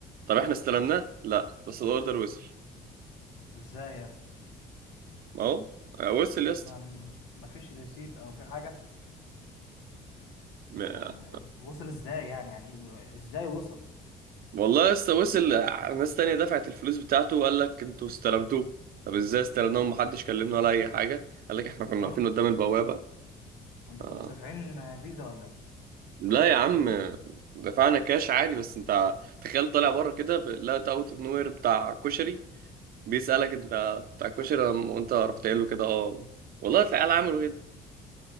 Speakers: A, on the right; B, on the left.
A: طب احنا استلمناه لا بس الاوردر وصل
B: ازاي يعني
A: ما هو آه، وصل
B: مش
A: يا اسطى
B: ما ما فيش ريسيت او في حاجه يعني
A: آه،
B: ما إز- وصل ازاي يعني يعني إيه؟ ازاي وصل
A: والله لسه وصل ناس تانية دفعت الفلوس بتاعته وقال لك انتوا استلمتوه طب ازاي استلمناه ومحدش كلمنا ولا اي حاجة قال لك احنا كنا
B: هو
A: واقفين
B: انت
A: قدام البوابة
B: انت
A: آه.
B: كنتوا دافعين فيزا ولا إيه؟
A: لا يا عم دفعنا كاش عادي بس انت تخيل طالع بره كده لقيت اوت اوف نوير بتاع كشري بيسألك انت بتاع كشري لما- وانت رحت قايل له كده اه والله العيال عملوا كده